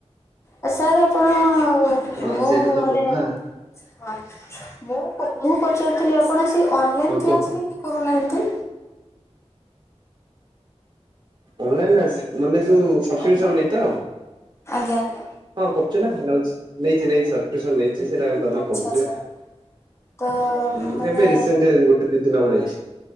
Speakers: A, on the left (about 25°); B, on the right (about 40°).
A: ଆ ସାର୍ ଆପଣ
B: ହଁ
A: ମୁଁ
B: ସେଇଟା ତ
A: ମାନେ
B: କଥା।
A: ହଁ ମୁଁ ମୁଁ ପଚାରୁଥିଲି ଆପଣ ସେ ଅନଲାଇନ
B: ହଁ କୁହନ୍ତୁ
A: କ୍ଲାସ କାହିଁକି କରୁନାହାନ୍ତି?
B: ଅନଲାଇନ ଆସ୍ ମାନେ ଯଉ ସବସ୍କ୍ରିସମି
A: ଆଜ୍ଞା
B: ତ।
A: ଆଜ୍ଞା ଆଜ୍ଞା
B: ହଁ କରୁଛି ନା, ନଉଛି ନେଇଛି ନେଇଛି <unintelligible> ସନ ନେଇଛି ସେଟା ଆଉ <unintelligible>
A: ଆଚ୍ଛା
B: ପଢ଼ୁଥିବେ
A: ଆଚ୍ଛା। ତ
B: ହୁଁ
A: ମାନେ
B: ଏବେ ରିସେଣ୍ଟ ଗୋଟେ ଦି ଦିନ ହବ ନେଇଚି।